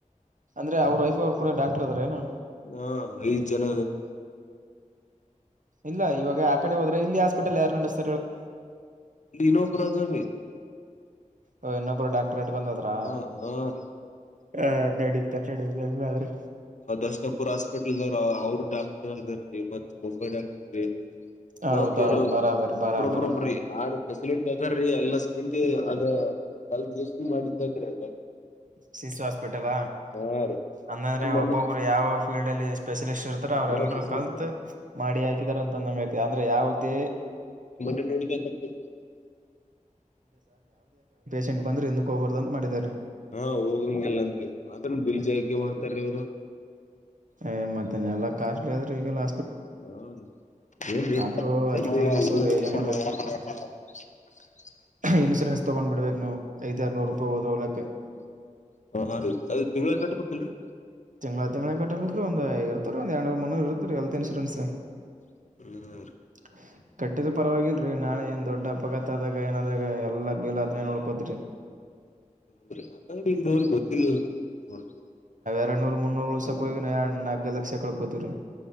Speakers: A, on the right (about 70°); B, on the left (about 60°).
A: ಅಂದ್ರೆ ಅವ್ರ ವೈಫ್ ಅವ್ರು ಕೂಡ ಡಾಕ್ಟರ್ ಅದ್ರ ಏನ
B: ಹಾ ಐದ್ ಜನ
A: ಇಲ್ಲ ಇವಾಗ ಆ ಕಡೆ ಹೋದ್ರೆ ಇಲ್ಲಿ ಹಾಸ್ಪಿಟಲ್ ಯಾರ ನಡಸ್ತರ
B: ಲನೋ ಬ್ರದೇ
A: ಓ ಇನ್ನೊಬ್ಬರು ಡಾಕ್ಟ್ರ ಇಟ್ಕೊಂಡದ್ರ
B: ಹಾ ಹಾ ರೀ
A: ಹ ನಡೀತ ನಡುದಂಗಾದ್ರೆ
B: ದಶಣಪುರ್ ಹಾಸ್ಪಿಟಲ್ದವರು ಅವ್ರು ಡಾಕ್ಟರ್ ಅದಾರೀ ಮತ್ ಮುಂಬೈ ಡಾಕ್ಟರ
A: ಹೌದೌದು
B: ನ ಕೇಳ
A: ಬರಾಬರ್ ಬರಾಬರ್
B: ಒಬ್ರೊಬ್ರ ಒಬ್ರಿ ನಾನು ಫೆಸಿಲಿಟಿ ಅದೀ ಎಲ್ಲ ಬಂದಿ ಅ ಬಲ್ ದಷ್ಟ ಮಾಡಿದ್ದಾಗ್ರೀ ಅದ
A: ಸಿ ಸಿ ಹಾಸ್ಪಿಟಲ
B: ಹಾ ರೀ
A: ಅಂದಂದ್ರೆ
B: ನಾನ್ ಮೊನ್ನೆ
A: ಒಬ್ಬೊಬ್ಬರು ಯಾವ ಫೀಲ್ಡ್ ಅಲ್ಲಿ ಸ್ಪೆಶ ಲೆ ಇರ್ತಾರೆ ಅವ್ರ
B: ಹಾ
A: ಎಲ್ರು
B: ಫೆಸಿಲಿಟಿ
A: ಕಲ್ತ್ ಮಾಡಿ ಹಾಕಿದಾರ ಅಂತ ಅಂದಂಗ ಐತಿ ಅಂದ್ರೆ ಯಾವುದೇ
B: ರೋ ಸು <unintelligible>
A: ಪೇಷಂಟ್ ಬಂದ್ರ ಹೋಗ್ಬಾರ್ದು ಅಂತ ಮಾಡಿದ್ದಾರೆ
B: ಹಾ ಹೋಗಂಗ ಎಲ್ಲಂದಗೆ ಅದನ್ ಬಿಲ್ಜಾಕೆ ಮಾಡ್ತಾರೀ ಅವ್ರು
A: ಏ ಮತ್ತೇನ ಎಲ್ಲಾ ಕಾಸ್ಟ್ಲಿ ಆದ ರೀ ಈಗಲ್ಲ
B: ಹ
A: ಆದ್ರೂ ಅದಕ್ಕೆ ಇನ್ನು
B: <unintelligible>
A: ಸಾವಿರ ಏನ್ ಇನ್ಶೂರೆನ್ಸ್ ತಗೊಂಡ್ ಬಿಡ್ಬೇಕ್ ನಾವು ಐದ್ ಆರ್ನೂರು ರೂಪಾಯಿ ಹೋದ್ರ ಹೋಗಲಕ್ಕ
B: ಹಾ ರೀ ಅದ್ ತಿಂಗಳ ಕಟ್ಬೇಕಲ್ರೀ
A: ತಿಂಗ್ಳ ತಿಂಗ್ಳ ಕಟ್ಬೇಕ್ರೀ ಒಂದು ಇರ್ತವ ರೀ ಒಂದ ಎರಡ್ನೂರ್ ಮುನ್ನೂರು ಇರತ್ತ ರೀ ಹೆಲ್ತ್ ಇನ್ಶೂರೆನ್ಸ್
B: ಹ್ಮ
A: ಹ ಕಟ್ಟಿದ್ ಪರವಾಗಿಲ್ರಿ ನಾಳೆ ಏನ್ ದೊಡ್ ಅಪಘಾತ ಆದಾಗ ಏನಾದಾಗ ಎಲ್ಲಾ ಬಿಲ್ ಅದ್ನೇ ನೋಡ್ಕೋತ್ರೀ <inaudible>
B: ನೋಡ್ರಿ ಯಾಕಂದ್ರ ಈಗಿನವರಿಗೆ ಗೊತ್ತಿಲ್ಲ ಅಲ್ರಿ
A: ಎರಡು ನೂರ್ ಮುನ್ನೂರು ಉಳಸಕ ಹೋಗಿ ನಾಕೈದ್ ಲಕ್ಷ ಕಳ್ಕೋತಿವ್ರಿ